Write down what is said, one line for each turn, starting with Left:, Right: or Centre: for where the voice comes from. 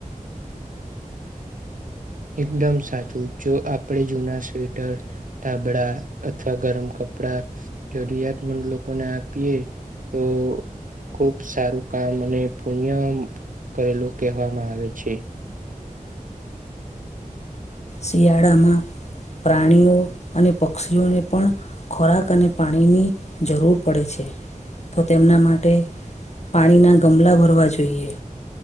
Right: એકદમ સાચું જો આપણેે જૂના સ્વેટર તાબડા અથવા ગરમ કપડા કપડા જરૂરિયાતમંદ લોકોને આપીએ તો ખુબ સારું કામ અને પુણ્ય કરેલું કહેવામાં આવે છે,
Left: શિયાળમાં પ્રાણીઓ અને પક્ષીઓને પણ ખોરાક અને પાણીની જરૂર પડે છે, તો તેમના માટે પાણીના ગમલા ભરવા જોઈએ,